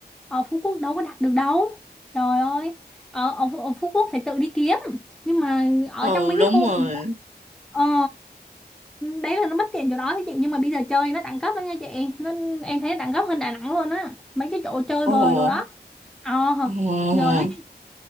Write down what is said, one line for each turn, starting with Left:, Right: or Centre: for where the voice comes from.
Centre: ở Phú Quốc đâu có đặt được đâu trời ơi ở ở, Phú- ở Phú Quốc phải tự đi kiếm nhưng mà ở
Right: ừ
Centre: trong mấy cái
Right: đúng
Centre: khu
Right: rồi
Centre: ờ đấy là nó bất tiện chỗ đó đó chị nhưng mà bây giờ chơi nó đẳng cấp lắm nha chị nó em thấy nó đẳng cấp hơn Đà Nẵng luôn á mấy cái chỗ chơi
Right: Ồ,
Centre: bời đồ đó ờ
Right: ồ,
Centre: giờ nó